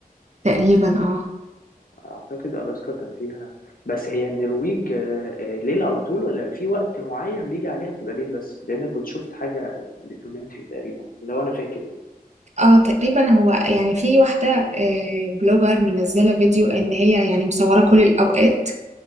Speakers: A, on the right (about 45°); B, on the left (about 65°).
A: تقريبا اه
B: اعتقد الاسكا كان فيها بس هي النرويج آه، آه، ليل على طول ولا في وقت معين بيجي عليها بتبقى ليل بس لان كنت شفت حاجه دوكيومنتري تقريبا لو انا فاكر يعني
A: اه تقريبا هو يعني في واحدة آه، بلوجر منزلة فيديو ان هي يعني مصورة كل الاوقات